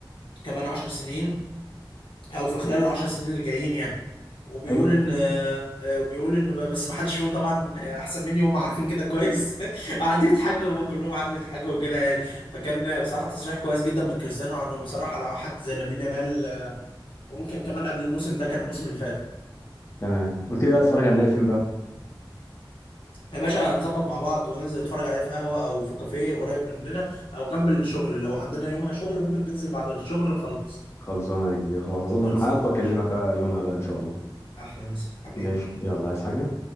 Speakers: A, on the left; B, on the left.
A: كمان 10 سنين او في خلال العشر سنين اللي جايين يعني وبيقول
B: ايوه
A: ان آه، آه، وبيقول ان ب- بس ما حدش فيهم طبعا احسن مني وهم عارفين كده كويس <laughs> قعدوا يضحكوا هم كلهم قعدوا يضحكوا وكده يعني فكان بصراحه تصريح كويس جدا من كريستيانو عنه بصراحه لو حد زي لامين يامال آه، وممكن كمان قبل الموسم ده كان الموسم اللي فات
B: تمام قلت لي بقى تتفرج على
A: مم.
B: النهائي فين بقى؟
A: يا باشا نظبط مع بعض وننزل نتفرج عليه في قهوة أو في كافيه قريب مننا أو جنب الشغل لو عندنا يومها شغل ممكن ننزل بعد الشغل نخلص
B: خلصانه يا كبير خلاص هظبط
A: خلصانة
B: معاك واكلمك
A: يا باشا
B: آه، يومها بقى ان شاء الله
A: أحلى مسا حبيبي
B: ماشي يلا عايز حاجه؟